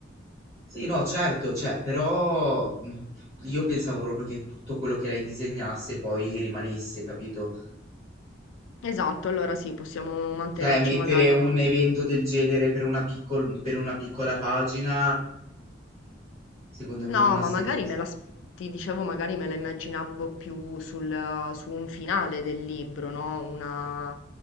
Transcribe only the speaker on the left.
Esatto, allora sì, possiamo mantenerci
magari
più.
No,
ma
magari me la, s- ti dicevo, magari me la immaginavo più sul, su un finale del libro, no? Una-